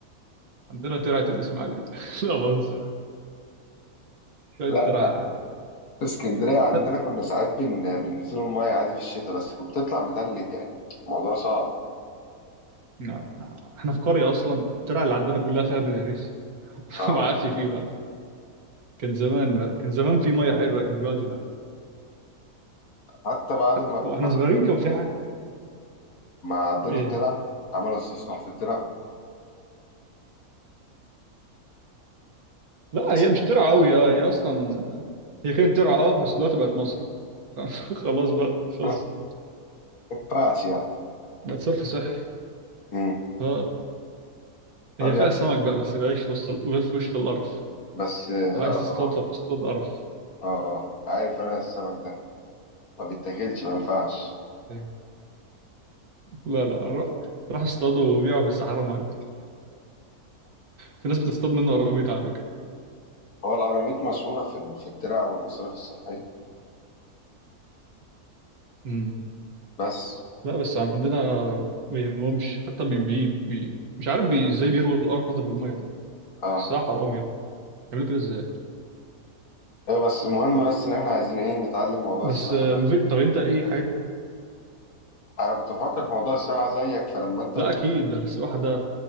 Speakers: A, on the right; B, on the left.
A: عندنا ترعة الاسماعيلية <laughs> لا بهزر شوية
B: لا
A: ترعة
B: في اسكندرية عندنا
A: ترع...
B: كنا ساعات بن... بننزلوا المية عادي في الشتاء بس كنت بتطلع متلج يعني الموضوع صعب
A: لا، لا. احنا في قرية اصلا الترعة اللي عندنا كلها فيها بلهارسي <laughs>
B: اه
A: ما عادش فيه بقى كان زمان بقى كان زمان في مية حلوة لكن دلوقتي لا
B: حتى بعد
A: حتى
B: ما
A: واحنا
B: ما,
A: صغيرين كان في حاجة
B: ما عدلوا
A: ايه
B: الترع عملوا استصلاح في الترع
A: لا
B: بس
A: هي مش ترعى قوي اه هي اصلا هي كانت ترعى اه بس دلوقتي بقت مصرف <laughs> خلاص بقى خلص
B: ما ينفعش يعني
A: بقت صرف صحي
B: مم.
A: اه
B: طب
A: هي
B: يعني
A: فيها سمك بقى بس بيعيش في وسط ال- في وسط القرف
B: بس اه
A: لو عايز تصطاد
B: اه
A: فبتصطاد قرف
B: اه اه آه. عارف انا السمك ده ما بيتاكلش ما ينفعش
A: إيه. لا لا روح روح اصطاده وبيعه بس حرام عليك في ناس بتصطاد منه قراميط على فكرة
B: هو القراميط مشهورة في ال- في الترع والمصاريف الصحية
A: امم
B: بس
A: لا بس عندنا ما يهمهمش حتى بي بي, بي. مش عارف بي ازاي بيروا الارض بالميه دي
B: اه
A: حسها حرام يا ابني يعملوا كده ازاي
B: ايوه بس المهم بس ان احنا عايزين ايه نتعلم موضوع
A: بس
B: السباحة
A: آه،
B: ده
A: مفيد. طب انت ايه حاجات
B: انا كنت بفكر في موضوع السباحة زيك فلما انت
A: لا
B: قلت
A: اكيد ده السباحه ده